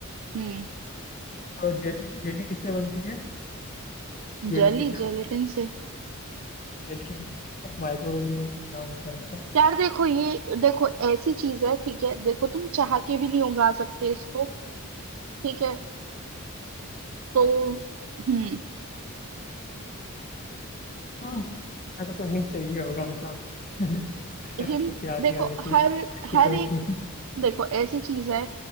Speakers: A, on the right (about 65°); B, on the left (about 35°).
A: हम्म
B: और जेली जेली किससे बनती है जेली
A: जली
B: किससे
A: जेलेटिन
B: बनती
A: से
B: है जेली के माइक्रोवेव में कुछ नाम होता है उसका
A: यार देखो ये देखो ऐसी चीज है ठीक है देखो तुम चाह के भी नहीं उगा सकते इसको ठीक है तो
B: अच्छा
A: हम्म
B: हाँ मेरे को तो हिंट चाहिए होगा मतलब <laughs> ऐसा मेरे
A: हिल
B: को कुछ याद
A: देखो
B: नहीं आ रही थी
A: हर
B: ऐसी
A: हर
B: कोई
A: एक
B: चीज
A: देखो ऐसी चीज है